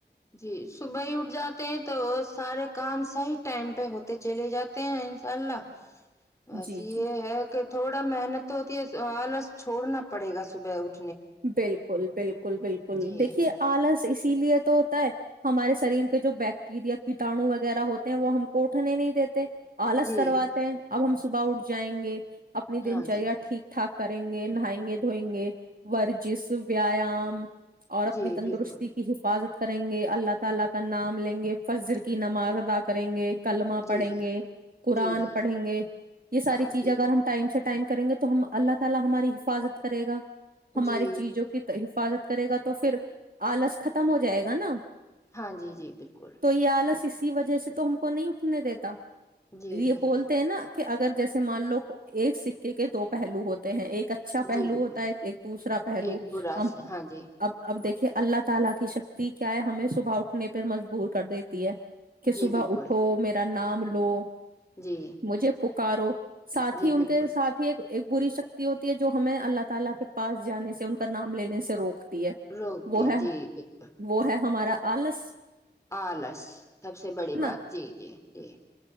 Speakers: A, on the left; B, on the right.
A: جی صبح ہی اٹھ جاتے ہیں تو سارے کام صحیح ٹائم پہ ہوتے چلے جاتے ہیں انشاء اللہ وس
B: جی
A: یہ
B: جی
A: ہے کہ تھوڑا محنت تو ہوتی ہے آلس چھڑنا پڑے گا صبح اٹھ
B: بالکل بالکل بالکل
A: جی
B: دیکھیے آلس اس اسی لیے تو ہوتا ہے ہمارے شریر کے جو بیکٹییریا کیٹاانو وغیرہ ہوتے ہیں وہ ہم کوٹھنے نہیں دیتے آلس
A: جی
B: کرواتے ہیں اب ہم صبح اٹھ جائیں گے اپنی
A: ہاں
B: دن چاہیا
A: جی
B: ٹھیک ٹھاک کریں گے نائیں گے دھوئیں گے ورجس ویایام اور اپنی
A: جی
B: تندرستی
A: بالکل
B: کی حفاظت کریں گے اللہ تعالی کا نام لیں گے فجر کی نماز ادا کریں گے کلمہ پڑھیں
A: جی جی
B: گے قرآن
A: جی جی
B: پڑھیں گے یہ ساری
A: ہاں
B: چیزیں
A: جی
B: اگر ہم ٹائم سے ٹائم کرگے تو اللہ تعالی ہماری حفاظت کریگا ہماری
A: جی
B: چیزوں کی حفاظت کرے گا تو پھر آلس ختم ہو جائے گا نا
A: ہاں جی جی بالکل
B: تو یہ آلس اسی وجہ سے تو ہم کو نہیں اٹھنے دیتا
A: جی
B: یہ
A: جی
B: بولتے ہیں نا کہ اگر جیسے مان لو ایک سکے کے دو پہلو ہوتے ہیں ایک اچا پہلو
A: جی بالکل
B: ایک دوسرا پہلو
A: ایک برا
B: ہم
A: سے ہاں جی
B: اب اب دیکھیےاللہ تالا کی شکتی کیا ہمیں اٹھنے پہ مجبور کر دیتی ہے کہ
A: جی
B: صبح
A: بالکل
B: اٹھو میرا نام لو
A: جی
B: مجھے پکارو ساتھ
A: جی
B: ہی ان
A: بالکل
B: کے ساتھ ہی ایک ایک بری سکتی ہوتی ہے جو ہمیں اللہ تالا کے پاس جانے سے ان کا نام لینے سے روک ہے
A: روکتے
B: وہ
A: ہیں
B: ہے
A: جی بالکل
B: وہ ہے ہمارا آلس
A: آلس سب سے بڑی
B: ہے نا
A: بات جی جی جی